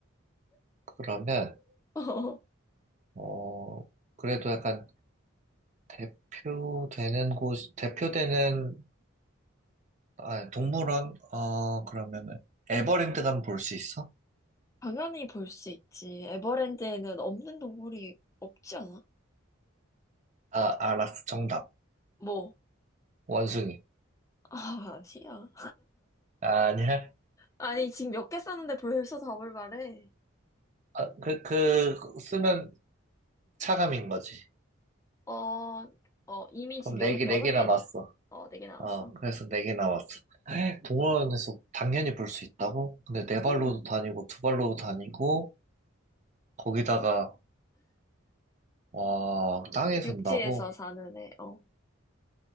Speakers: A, on the right; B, on the left.
A: 그러면,
B: 어,
A: 어, 그래도 약간 대표되는 곳, 대표되는, 아, 동물원? 어, 그러면은, 에버랜드 가면 볼 수 있어?
B: 당연히 볼 수 있지. 에버랜드에는 없는 동물이 없지 않아?
A: 아, 알았어. 정답.
B: 뭐?
A: 원숭이.
B: 아, 아니야.
A: 아, 아니야?
B: 아니, 지금 몇 개 쌌는데 벌써 답을 말해.
A: 아, 그, 그, 쓰면 차감인 거지.
B: 어, 어, 이미
A: 그럼
B: 지금
A: 네
B: 여,
A: 개, 네
B: 여섯
A: 개 남았어.
B: 개 했나? 어, 네 개 나왔어.
A: 어, 그래서 네 개 남았어. 동물원에서 당연히 볼 수 있다고? 근데 네
B: 어.
A: 발로도 다니고, 두 발로도 다니고, 거기다가, 와, 땅에 산다고?
B: 육지에서 사는 애, 어.